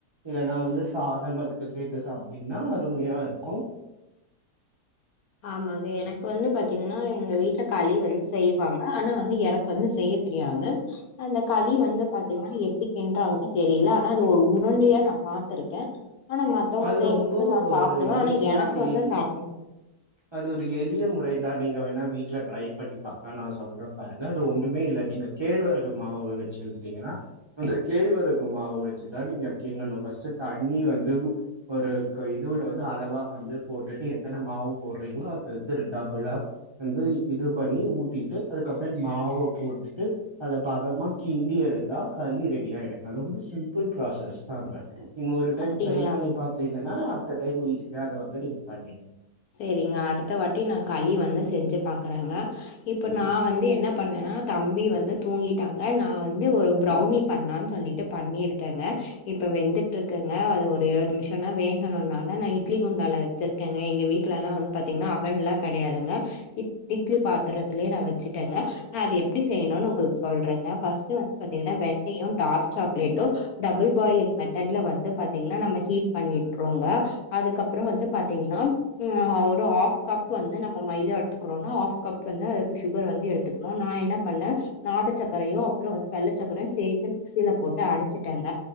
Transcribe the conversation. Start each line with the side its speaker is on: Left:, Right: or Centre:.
Right: இல்லனா வந்து சாதம் அதுக்கு சேத்து சாப்ட்டீங்கன்னா அருமயா இருக்கு
Left: ஆமாங்க எனக்கு வந்து பாத்தீங்ன்னா எங்க வீட்ல களி வந்து செய்வாங்க ஆனா வந்து எனக்கு வந்து செய்ய தெரியாம அந்த களி வந்து பாத்தீங்ன்னா எப்டி கின்றாங்கன்னு தெரில ஆனா அது ஒரு உருண்டயா நா பாத்துருக்கே ஆனா மத்தவங்க
Right: அது
Left: செய்யுபோது
Right: ரொம்ப
Left: நா
Right: ஒரு
Left: சாப்டுவ ஆனா
Right: ஈஸியான
Left: எனக்கு வந்தா
Right: எளி
Left: சாப்ட
Right: அது ஒரு எளிய முறை நீங்க வேனா வீட்ல ட்ரை பண்ணி அக்கா பாக்லா நா சொல்றே பாருங்க அது ஒண்ணுமே இல்ல நீங்க கேழ்வரகு மாவு வெச் வெச்சுருக்கீங்களா அந்த கேழ்வரகு மாவு வச்சுதா நீங்க கின்டனு ஃபஸ்ட் தண்ணி வந்து ஒரு கு இதுல வந்து அளவா வந்து போட்டுட்டு எத்தன மாவு போடுறீங்ளா அத எடுத்து டபுளா வந்து இது பண்ணி ஊத்திட்டு அதுக்கப்றோ மாவ போட்டுட்டு அத பதமா கிண்டி எடுத்தா களி ரெடியாய்டுங்க ரொம்ப சிம்பிள் ப்ராசஸ் தாங்க நீங்க ஒரு டைம்
Left: அப்டிங்களா?
Right: ட்ரை பண்ணி பாத்தீங்கன்னா அடுத்த டைம் ஈஸியா அத வந்து நீங்க பண்ணி
Left: செரிங்க அடுத்த வாட்டி நா களி வந்தா செஞ்சு பாக்குறேங்க இப்ப நா வந்து என்ன பண்ணேன்னா தம்பி வந்து தூங்கிட்டாங்க நா வந்து ஒரு ப்ரௌனி பண்லான் சொல்லிட்டு பண்ணியிருக்கேங்க இப்ப வெந்துட்ருக்குங்க அது ஒரு இருவது மிஷன்னா வேகணுனால நா இட்லி குண்டால வெச்சிருக்கேங்க எங்க வீட் ட்லலா வந்து பாத்தீங்னா அவன்லா கெடையாதுங்க இட் இட்லி பாத்தரத்லியே நா வெச்சுட்டேங்க அது எப்டி செய்யணுனு உங்ளுக் சொல்றங்க ஃபர்ஸ்ட்டு வந்து பாத்தீங்கனா வெண்ணையு டார்க் சாக்லேட்டு டபுள் பாய்லிங் மெத்தேட்ல வந்துப் பாத்தீங்னா நம்ம ஹீட் பண்ணிட்றோங்க அதுக்கப்றோ வந்து பாத்தீங்னா ம் அ ஒரு ஆஃப் கா ஆக் வந்து நம்ம மைதா எட்த்துக்றோன்னா ஆஸ் கப் வந்து அதுக்கு சுகர் வந்து எடுத்துக்ணு நா என்னப் பண்ணே நாட்டுச் சக்கரயு அப்றோ வந்து வெள்ளச் சக்கரயு சேத்து மிக்சில போட்டு அடிச்சிட்டேங்க